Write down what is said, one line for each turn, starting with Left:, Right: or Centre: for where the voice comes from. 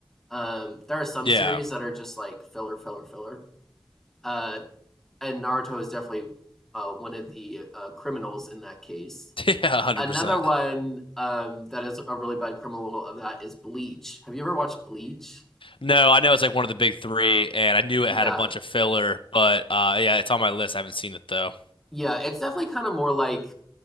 Centre: Um, there are some
Left: Yeah,
Centre: series that are just like filler, filler, filler. Uh, and Naruto is definitely uh, one of the uh, criminals in that case.
Left: <laughs> yeah, 100%.
Centre: Another one um, that is a really bad criminal of that is Bleach. Have you ever watched Bleach?
Left: No, I know it's like one of the big three, and I knew it
Centre: Yeah,
Left: had a bunch of filler, but uh, yeah, it's on my list. I haven't seen it though.
Centre: yeah. It's definitely kind of more like